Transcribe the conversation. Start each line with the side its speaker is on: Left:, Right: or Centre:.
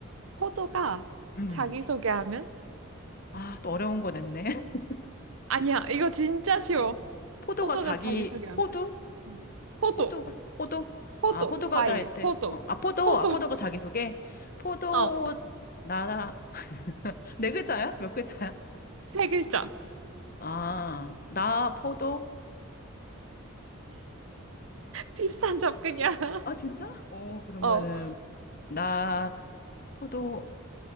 Right: 포도가
Left: 음.
Right: 자기소개하면?
Left: 아, 또 어려운 거 냈네. <laughs>
Right: 아니야, 이거 진짜 쉬워.
Left: 포도가
Right: 포도가
Left: 자기
Right: 자기소개하면?
Left: 호두?
Right: 음. 포도,
Left: 호두가? 호도?
Right: 포도,
Left: 아, 호두
Right: 과일,
Left: 과자 했대.
Right: 포도,
Left: 어, 아, 포도.
Right: 포도.
Left: 아, 포도가 자기 소개. 포도
Right: <laughs> 어,
Left: 나라. 네 글자야? 몇 글자야?
Right: 세 글자.
Left: 아, 나 포도.
Right: 비슷한 접근이야.
Left: 아, 진짜? 어, 그러면은
Right: <laughs> 어.
Left: 나 포도.